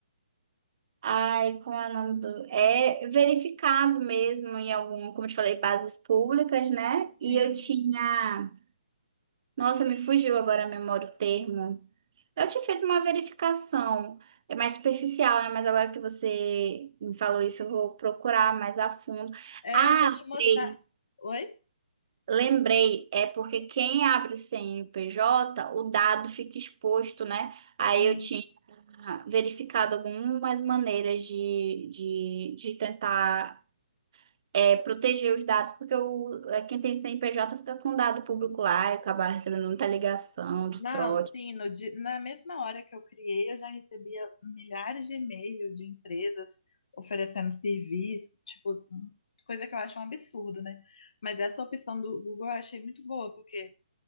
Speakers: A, on the right; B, on the left.
A: Ai, como é o nome do... É verificado mesmo em algum, como eu te falei, bases públicas, né? E
B: Sim.
A: eu tinha... Nossa, me fugiu agora a memória o termo. Eu tinha feito uma verificação, é mais superficial, né? Mas agora que você me falou isso, eu vou procurar mais a fundo.
B: É,
A: Ah,
B: eu vou te mostrar.
A: lembrei.
B: Oi?
A: Lembrei, é porque quem abre o C N P J o dado fica exposto, né? Aí
B: Sim.
A: eu tinha verificado algumas maneiras de, de, de tentar é, proteger os dados, porque o, é, quem tem CNPJ fica com dado público lá e acaba recebendo muita ligação de
B: Não,
A: trote.
B: sim, no di- na mesma hora que eu criei, eu já recebia milhares de e-mails de empresas oferecendo serviço, tipo, coisa que eu acho um absurdo, né? Mas essa opção do Google eu achei muito boa, porque